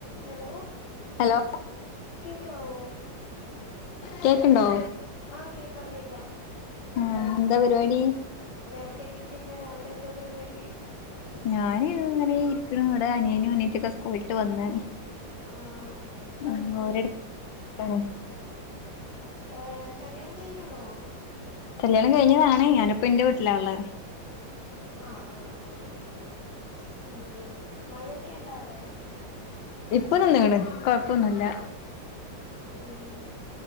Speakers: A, on the left; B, on the left.
A: Hello?
B: Hello
A: കേക്ക ഓ?
B: കേക്കുണ്ടോ
A: ആഹ് കേക്കാം കേക്കാം
B: ആഹ എന്താ പരിപാടി?
A: ഞാ ഇവിടെ ഇരിക്കുന്ന അവിടെ എന്താ പരിപാടി?
B: ഞാന് അങ്ങനെ ഇരിക്കുന്നു ഇവിടെ അനിയനും അനീത്തൊക്കെ സ്കൂളിട്ട് വന്ന്
A: ആഹ്
B: ആ ഓരടുത്ത് ഇരിക്കാണ്
A: ഏ കല്യാണം കഴിഞ്ഞാണോ
B: കല്യാണം കഴിഞ്ഞതാണ് ഞാനിപ്പ എന്റെ വീട്ടിലാള്ള,
A: ആഹ് ആഹ് ആഹ ഓക്കെ ഉ മഴയൊക്കെ ഉണ്ടാ അവിടെ?
B: ഇപ്പോനിന്നക്ന്ന് കൊഴപ്പൊന്നുംല്ല
A: ഉം